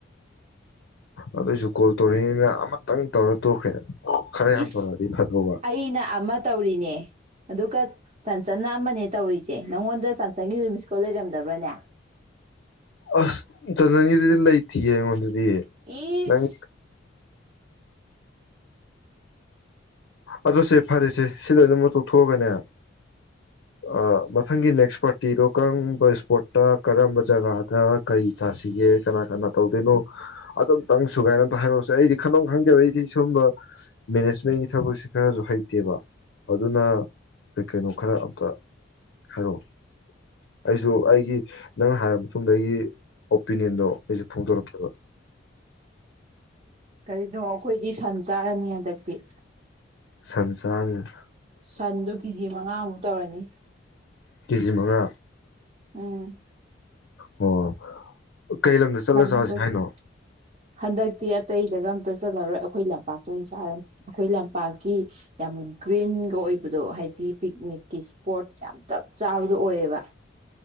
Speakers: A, on the left; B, on the right.
A: ꯑꯗꯨꯏꯁꯨ ꯀꯣꯜ ꯇꯧꯔꯛꯅꯤꯅ ꯑꯃꯇꯪ ꯇꯧꯔ ꯇꯣꯛꯈ꯭ꯔꯦ ꯈꯔ ꯌꯥꯝ
B: ꯏꯁ
A: ꯇꯧꯔꯛꯑꯗꯤ ꯐꯗꯧꯕ
B: ꯑꯩꯅ ꯑꯃ ꯇꯧꯔꯤꯅꯦ ꯑꯗꯨꯒ ꯆꯟꯆꯟꯅ ꯑꯃꯅꯦ ꯇꯧꯔꯤꯖꯦ ꯅꯪꯉꯣꯟꯗ ꯆꯟꯆꯟꯒꯤꯖꯨ ꯃꯤꯁꯀꯣꯜ ꯂꯩꯔꯝꯗꯕ꯭ꯔꯅꯦ
A: ꯑꯁ ꯆꯟꯆꯒꯤꯗꯤ ꯂꯩꯇꯤꯌꯦ ꯑꯩꯉꯣꯟꯗ ꯗꯤ
B: ꯏꯁ
A: ꯅꯪ ꯑꯗꯣ ꯁꯦ ꯐꯔꯦꯁꯦ ꯁꯤ ꯂꯣꯏꯅꯃꯛ ꯇꯣꯛꯊꯣꯛꯑꯒꯅꯦ ꯑ ꯃꯊꯪꯒꯤ ꯅꯦꯛꯁ ꯄꯥꯔꯇꯤꯗꯣ ꯀꯔꯝꯕ ꯏꯁꯄꯣꯠꯇ ꯀꯔꯝꯕ ꯖꯒꯥꯗ ꯀꯔꯤ ꯆꯥꯁꯤꯒꯦ ꯀꯅꯥ ꯀꯅꯥ ꯇꯧꯗꯣꯏꯅꯣ ꯑꯗꯨꯝꯇꯪ ꯁꯨꯒꯥꯏꯅ ꯑꯝꯇ ꯍꯥꯏꯔꯛꯑꯣꯁꯦ ꯑꯩꯗꯤ ꯈꯟꯚꯝ ꯈꯪꯗꯦꯕ ꯑꯩꯗꯤ ꯁꯨꯝꯕ ꯃꯦꯅꯦꯖꯃꯦꯟꯒꯤ ꯊꯕꯛꯁꯤ ꯈꯔꯖꯨ ꯍꯩꯇꯦꯕ ꯑꯗꯨꯅ ꯀꯩ ꯀꯩꯅꯣ ꯈꯔ ꯑꯝꯇ ꯍꯥꯏꯔꯛꯑꯣ ꯑꯩꯁꯨ ꯑꯩꯒꯤ ꯅꯪꯅ ꯍꯥꯏꯔꯕ ꯃꯇꯨꯡꯗ ꯑꯩꯒꯤ ꯑꯣꯄꯤꯅꯤꯌꯟꯗꯣ ꯑꯩꯁꯨ ꯐꯣꯡꯗꯣꯔꯛꯀꯦꯕ
B: ꯀꯔꯤꯅꯣ ꯑꯩꯈꯣꯏꯗꯤ ꯁꯟ ꯆꯥꯔꯅꯤ ꯍꯟꯗꯛꯇꯤ
A: ꯁꯟꯆꯥꯔꯅꯤ
B: ꯁꯟꯗꯣ ꯀꯤꯖꯤ ꯃꯉꯥꯃꯨꯛ ꯇꯧꯔꯅꯤ
A: ꯀꯦꯖꯤꯃꯉꯥ
B: ꯎꯝ
A: ꯑꯣ ꯀꯩ ꯂꯝꯗ ꯆꯠꯂ
B: ꯁꯟꯗꯣ
A: ꯆꯥꯁꯦ ꯍꯥꯏꯅꯣ
B: ꯀꯦ ꯍꯟꯗꯛ ꯇꯤ ꯑꯇꯩꯗꯒ ꯑꯝꯇ ꯆꯠꯂꯔꯣꯏ ꯑꯩꯈꯣꯏ ꯂꯝꯄꯥꯛꯇ ꯑꯣꯏꯅ ꯆꯥꯔꯅꯤ ꯑꯩꯈꯣꯏ ꯂꯝꯄꯥꯛꯀꯤ ꯌꯥꯝ ꯒ꯭ꯔꯤꯟꯒ ꯑꯣꯏꯕꯗꯣ ꯍꯥꯏꯗꯤ ꯄꯤꯛꯅꯤꯛꯀꯤ ꯏꯁꯄꯣꯠ ꯌꯥꯝ ꯆꯞ ꯆꯥꯕꯗꯣ ꯑꯣꯏꯑ ꯦꯕ